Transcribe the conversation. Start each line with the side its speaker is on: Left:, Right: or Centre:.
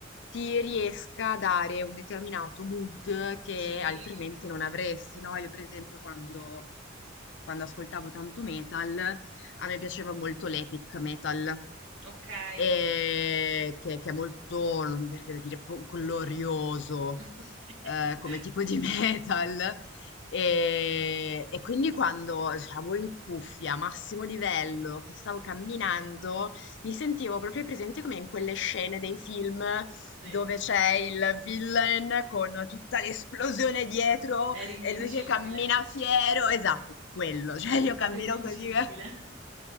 Left: ti riesca a dare un determinato mood che
Right: Sì.
Left: altrimenti non avresti, no? Io per esempio quando, quando ascoltavo tanto metal, a me piaceva molto l'epic metal,
Right: Okay.
Left: e che, che è molto, non mi verrebbe da dire, proprio glorioso
Right: <laughs>
Left: eh, come tipo di <laughs> metal. E, e quindi quando avevo in cuffia, massimo livello, che stavo camminando, mi sentivo proprio presente come in quelle scene dei film
Right: Sì.
Left: dove c'è il villain con tutta l'esplosione dietro
Right: Eri
Left: e
Right: invincibile.
Left: lui che cammina fiero. Esatto, quello. <laughs> Cioè,
Right: Eri
Left: io
Right: proprio
Left: cammino
Right: invincibile.
Left: così. che-